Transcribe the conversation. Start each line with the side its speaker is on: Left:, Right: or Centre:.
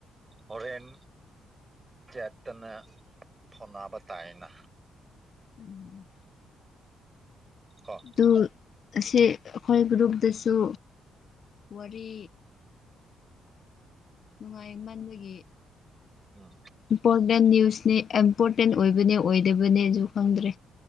Right: ꯍꯣꯔꯦꯟ ꯆꯦꯠꯇꯅ ꯐꯣꯟꯅꯕ ꯇꯥꯏꯅ
Left: ꯎꯝ
Right: ꯀꯣ
Left: ꯑꯗꯨ ꯁꯤ ꯍꯣꯏ ꯔꯨꯕꯗꯁꯨ ꯋꯥꯔꯤ ꯅꯨꯡꯉꯥꯏꯃꯟꯕꯒꯤ
Right: ꯑ
Left: ꯏꯝꯄꯣꯔꯇꯦꯟ ꯅ꯭ꯌꯨꯁꯅꯦ ꯏꯝꯄꯣꯔꯇꯦꯟ ꯑꯣꯏꯕꯅꯦ ꯑꯣꯏꯗꯕꯅꯦꯁꯨ ꯈꯪꯗ꯭ꯔꯦ